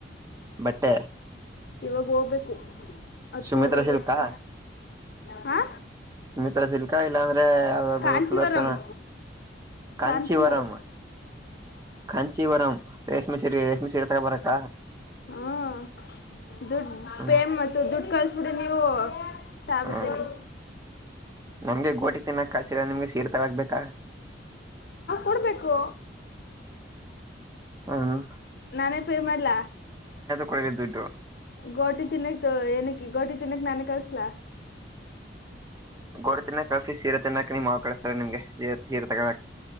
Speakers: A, on the right; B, on the left.
A: ಬಟ್ಟೆ
B: ಇವಾಗ ಹೋಗ್ಬೇಕು ಹತ್ತೂವರೆ
A: ಸುಮಿತ್ರ ಸಿಲ್ಕಾ
B: ಬಸ್ಗ ಹ.
A: ಸುಮಿತ್ರಾ ಸಿಲ್ಕಾ ಇಲ್ಲಾ ಅಂದ್ರೆ ಯಾವ್ದ್ದೂ
B: ಕಾಂಚಿವರಂ
A: ಸುದರ್ಶನ. ಕಾಂಚಿ
B: ಕಾಂತಿಯವರು
A: ವರಮ್.
B: <unintelligible>
A: ಕಾಂಚೀ ವರಂ ರೇಷ್ಮೇ ಸೀರೆ ರೇಷ್ಮೇ ಸೀರೆ ತಗೊಂಡು ಬರಾಕ.
B: ಹ್ಮ ದುಡ್ಡು
A: ಹ್ಮ್
B: ಪೇ ಮತ್ತು ದುಡ್ಡು ಕಳಸ್ಬಿಡಿ ನೀವು. ತಾ
A: ಹ್ಮ್
B: ಬತ್ತಿನಿ.
A: ನಮ್ಗೆ ಗೋಟಿ ತಿನ್ನಕ್ಕ ಕಲ್ಸಿಲ್ಲ ನಿಮ್ಗೆ ಸೀರೇ ತಗೋಳಕ ಬೇಕಾ.
B: ನೋಡ್ಬೇಕು
A: ಹ್ಮ್
B: ನಾನೇ ಪೇ ಮಾಡ್ಲ
A: ಕೊಡಿ ದುಡ್ಡು.
B: ಗೋಟಿ ತಿನ್ನಕ್ ತೋ ಏನಕ್ಕ ಗೋಟಿ ತಿನ್ನಕ್ ನಾನೆ ಕಳಸ್ಲ.
A: ಗೋಟಿ ತಿನ್ನಾಕ್ ಕಳಸಿ ಸೀರೆ ತಿನ್ನಾಕ್ ನಿಮ್ ಮಾವ ಕಳಿಸ್ತಾರೆ ನಿಮ್ಗೆ ಏ ಏನ್ರ ತಗಳಕ್.